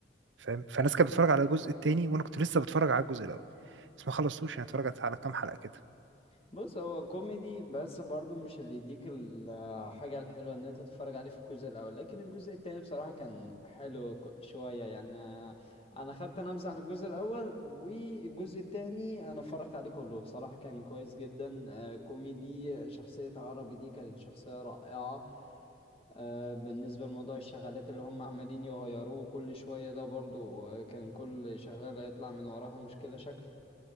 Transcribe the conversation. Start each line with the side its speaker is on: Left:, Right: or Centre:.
Right: فاهم فالناس كانت بتتفرج على الجزء الثاني وانا كنت لسه بتفرج على الجزء الاول بس ما خلصتوش يعني اتفرجت على كام حلقه كده
Left: بص هو كوميدي بس برضو مش اللي يديك الحاجة الحلوة ان انت تتفرج عليه في الجزء الاول لكن الجزء التاني بصراحة كان حلو ك- شوية يعني انا خدت نبذة عن الجزء الاول والجزء التاني انا اتفرجت عليه كله بصراحة كان كويس جدا آه، كوميدي شخصية عربي دي كانت شخصية رائعة آه، بالنسبة لموضوع الشغالات اللي هم عمالين يغيروه كل شوية ده برضو آه، كان كل شغالة يطلع من وراها مشكلة شكل